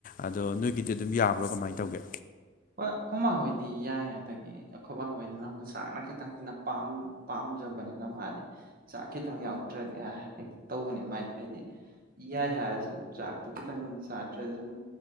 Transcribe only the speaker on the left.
ꯑꯗꯣ ꯅꯣꯏꯒꯤꯗꯤ ꯑꯗꯨꯝ ꯌꯥꯕ꯭ꯔꯣ ꯀꯃꯥꯏ ꯇꯧꯒꯦ